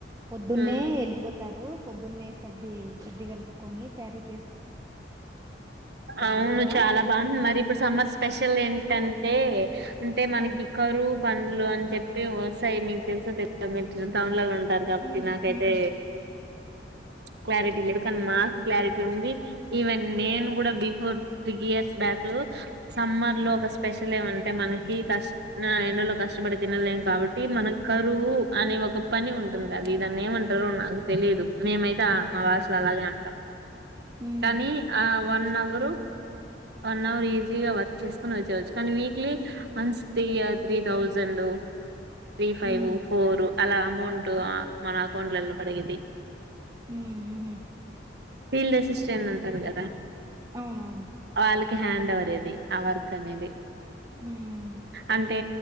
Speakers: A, on the right (about 20°); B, on the right (about 60°).
A: పొద్దున్నే
B: ఉమ్
A: ఏళ్ళిపో తారు పొద్దున్నే సద్ది సద్ది కాల్పుకుని క్యారీకె
B: ఔను
A: అనమాట
B: చాలా బాగుంది మరిప్పుడు సమ్మర్ స్పెషల్ ఏంటం అంటే అంటే మన్కి
A: అవును
B: కరువు పన్లు అని చెప్ప అంటే వస్తాయి మీకు తెల్సతె మీ టౌన్లో ఉంటారు కాబట్టి
A: ఉమ్
B: నాకైతే
A: ఉమ్
B: క్లారిటీ లేదు కానీ మాకు క్లారిటీ ఉంది. ఈవెన్ నేను గుడా before three years back summer లో ఒక స్పెషల్ ఏవన్నా అంటే మనకి కష్ట ఎండలో కష్టపడి తినలేం కాబట్టి మనక్ కరువు అనే ఒక పని ఉంటుంద అది ఇ దాన్ని ఏమంటారొ నాకు తెలిదు మేమైత్ ఆ మా వాయిస్స్ అలాగే ఉంటాం
A: ఉమ్
B: కానీ ఆ వన్ అవరు వన్ అవర్ ఈజీగా వర్క్ చేసుకొని వొచ్చేవచ్చు కానీ వీక్లీ మంత్స్ తి త్రీ థౌజండ్ ఉ త్రీ ఫైవ్
A: ఉమ్
B: ఫోర్ అలా అమౌంట్
A: ఉమ్
B: ఆ మన అకౌంట్లలో పడేది
A: హు హు
B: ఫీల్డ్ అసిస్టెంట్ అంటారు కదా
A: అవునవును
B: వాళ్ళకి హ్యాండ్ అవర్ ఎది ఆ వర్క్ అనేది
A: హ్మ్
B: అంటే